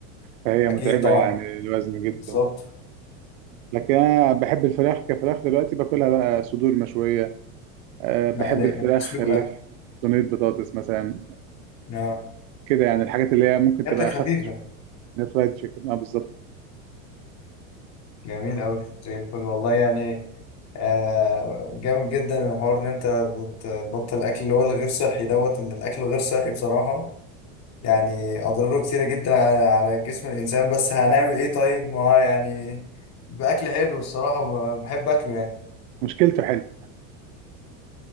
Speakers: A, on the right; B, on the left.
A: فهي
B: اكيد
A: متعبة
B: طبعا
A: يعني الوزن جدا
B: بالظبط
A: لكن انا بحب الفراخ كفراخ دلوقتي باكلها بقى صدور مشوية أه بحب
B: مقليه
A: الفراخ
B: مسلوقه
A: اللي في صينية بطاطس مثلا
B: نعم
A: كده يعني الحاجات اللي هي ممكن
B: اكلات
A: تبقى اخف
B: خفيفه
A: شويه من الفرايد تشيكن اه بالظبط
B: جميل قوي زي الفل والله يعني آه، جامد جدا الحوار ان انت بتبطل الاكل اللي هو الغير صحي دوت ان الاكل غير صحي بصراحة يعني اضراره كتيرة جدا على على جسم الانسان بس هنعمل ايه طيب ما هو يعني باكل حلو الصراحة ب- بحب اكله يعني
A: مشكلته حلو